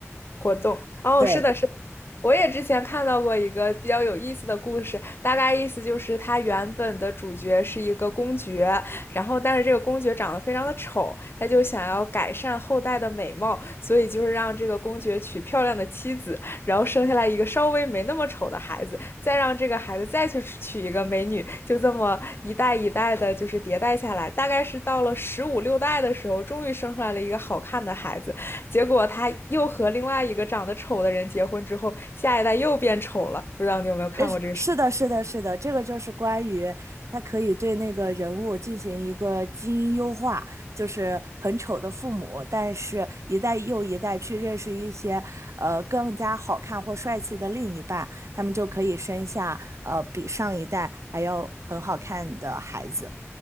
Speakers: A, on the left; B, on the right.
A: 活动。哦，
B: 对
A: 是的，是的。我也之前看到过一个比较有意思的故事，大概意思就是他原本的主角是一个公爵，然后但是这个公爵长得非常的丑，他就想要改善后代的美貌，所以就是让这个公爵娶漂亮的妻子，然后生下来一个稍微没那么丑的孩子，再让这个孩子再去娶一个美女，就这么一代一代的，就是迭代下来，大概是到了十五六代的时候，终于生出来了一个好看的孩子，结果他又和另外一个长得丑的人结婚之后，下一代又变丑了。不知道你有没有看过这个视
B: 呃，是的，是的，是的，这个就是关于他可以对那个人物进行一个基因优化，就是很丑的父母，但是一代又一代去认识一些呃更加好看或帅气的另一半，他们就可以生下呃比上一代还要很好看的孩子。